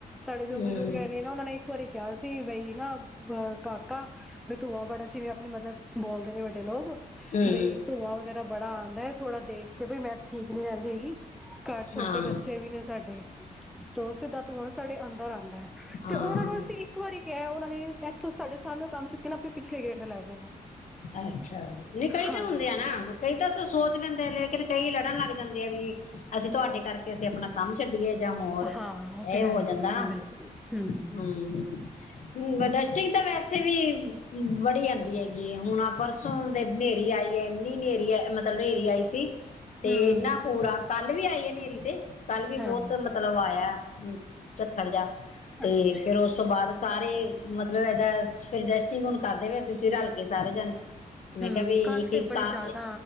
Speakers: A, in the centre; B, on the left.
A: ਸਾਡੇ
B: ਹਮ
A: ਜੋ ਬਜ਼ੁਰਗ ਹੈ ਨੇੇ ਨਾ, ਉਹਨਾਂ ਨੇ ਇੱਕ ਵਾਰੀ ਕਿਹਾ ਸੀ, ਬਈ ਨਾ ਅਹ ਕਾਕਾ ਵੀ ਧੂੰਆਂ ਬੜਾ ਜਿਵੇਂ ਆਪਣੇ ਮਤਲਬ ਬੋਲਦੇ ਨੇ ਵੱਡੇ ਲੋਕ
B: ਹਮ
A: ਬਈ ਧੂੰਆਂ ਵਗੈਰਾ ਬੜਾ ਆਂਦਾ ਹੈ, ਥੋੜਾ ਦੇਖ ਕੇ ਬਈ ਮੈਂ ਠੀਕ ਨੀ ਰਹਿੰਦੀ ਹੈਗੀ। ਘਰ ਛੋਟੇ
B: ਹਾਂ
A: ਬੱਚੇ ਵੀ ਨੇ ਸਾਡੇ ਤੇ ਉਹ ਸਿੱਧਾ ਧੂੰਆਂ ਸਾਡੇ ਅੰਦਰ ਆਉਂਦਾ ਹੈ
B: ਹਾਂ
A: ਤੇ ਉਹਨਾਂ ਨੂੰ ਅਸੀਂ ਇੱਕ ਵਾਰੀ ਕਿਹਾ ਉਹਨਾਂ ਨੇ ਇੱਥੋਂ ਸਾਡੇ ਸਾਹਮਣਿਓਂ ਕੰਮ ਚੁੱਕੇ ਨਾ ਆਪਣੇ ਪਿਛਲੇ ਗੇਟ ਤੇ ਲੈ ਗਏ ਨੇ।
B: ਅੱਛਾ। ਨਹੀਂ, ਕਈ
A: ਹਾਂ
B: ਤਾਂ ਹੁੰਦੇ ਆ ਨਾ, ਕਈ ਤਾਂ ਸੋਚ ਲੈਂਦੇ ਨੇ ਲੇਕਿਨ ਕਈ ਲੜਨ ਲੱਗ ਜਾਂਦੇ ਆ ਵੀ ਅਸੀਂ ਤੁਹਾਡੇ ਕਰਕੇ ਅਸੀਂ ਆਪਣਾ ਕੰਮ ਛੱਡੀਏ ਜਾਂ ਹੋਰ ਇਹ
A: ਹਾਂ ਉਹ ਤੇ ਹੈ
B: ਹੋ
A: ਹੀ
B: ਜਾਂਦਾ
A: ਬਿਲਕੁਲ ਬਿਲਕੁਲ ਹਮ
B: ਹੰਮਮ ਡਸਟਿਕ ਤਾਂ ਵੈਸੇ ਵੀ ਵੜੀ ਜਾਂਦੀ ਹੈਗੀ ਆ। ਹੁਣ ਪਰਸੋਂ ਦੇ ਹਨੇਰੀ ਆਈ ਹੈ ਇੰਨੀ ਹਨੇਰੀ ਮਤਲਬ ਹਨੇਰੀ ਆਈ ਸੀ। ਤੇ
A: ਹਮ
B: ਇਹਨਾਂ ਕੂੜਾ ਕੱਲ ਵੀ ਆਈ ਹੈ ਹਨੇਰੀ ਤੇ। ਕੱਲ ਵੀ
A: ਹਾਂ
B: ਬਹੁਤ ਮਤਲਬ ਆਇਆ। ਹਮ ਚੱਖੜ ਜਾ। ਤੇ
A: ਅੱਛਾ ਅੱਛਾ
B: ਫੇਰ ਉਸ ਤੋਂ ਬਾਅਦ। ਸਾਰੇ ਮਤਲਬ ਇਹਦਾ ਫੇਰ ਡਸਟਿੰਗ ਹੁਣ ਕਰਦੇ ਵੈਸੇਸੀ ਰਲ ਕੇ ਸਾਰੇ ਜਾਣੇ ਮੈਂ
A: ਹਮ
B: ਕਿਹਾ ਵੀ
A: ਕੱਲ
B: ਇੱਕ
A: ਤੇ
B: ਇੱਕ
A: ਬੜੀ
B: ਤਾਂ
A: ਜ਼ਿਆਦਾ